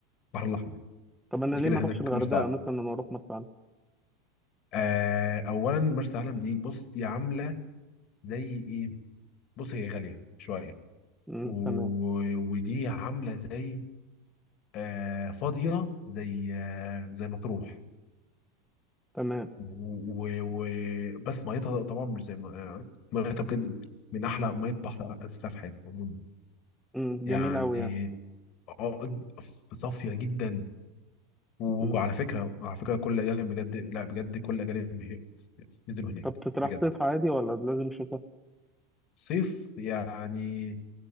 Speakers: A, on the left (about 50°); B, in the centre.
A: البحر الاحمر
B: طب انا
A: دي
B: ليه
A: كده
B: ما اروحش
A: هناك
B: الغردقه
A: مرسى علم
B: مثلا واروح مرسى علم
A: آه اولا مرسى علم دي بص دي عامله زي ايه بص هي غاليه شويه
B: مم.
A: و...
B: تمام
A: ودي عامله زي آه فاضيه زي آه زي مطروح
B: تمام
A: و... و... بس ميتها طبعا مش زي ما آه، ميتها بجد من احلى ميه بحر نزلتها في حياتي عموما
B: مم. جميل
A: يعني
B: قوي يعني
A: اه ف- صافيه جدا وعلى
B: مم.
A: فكره على فكره كل الاجانب بجد لا بجد كل الاجانب هي- نزلوا هناك
B: طب تطرح
A: بجد
B: صيف عادي ولا لازم شتاء
A: صيف يعني